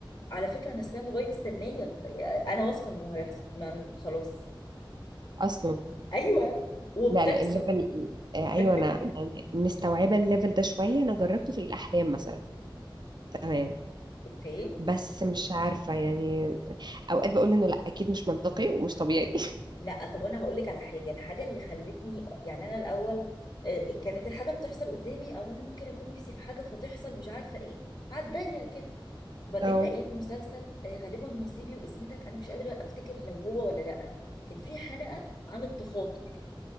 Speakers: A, on the left; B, on the right.
A: على فكره انا ستاند باي مستنيه ال- انا واثقه انه هيحصل ما خلاص
B: اصلا
A: ايوه وبتحصل
B: لا لا الليفل آه، ايوه
A: <laughs>
B: انا يعني مستوعبه الليفل ده شويه انا جربته في الاحلام مثلا تمام
A: اوكي
B: بس مش عارفه يعني اوقات بقول انه لا اكيد مش منطقي ومش طبيعي
A: لا طب انا هقول لك على حاجه الحاجه اللي خلتني يعني انا الاول آه، كانت الحاجه بتحصل قدامي او انا ممكن اكون نفسي في حاجه فتحصل مش عارفه ايه عالضيق كده وبعدين
B: <laughs> اه
A: لقيت مسلسل آه، غالبا نصيبي واسمتك انا مش قادره افتكر لو هو ولا لا كانت في حلقه عن التخاطر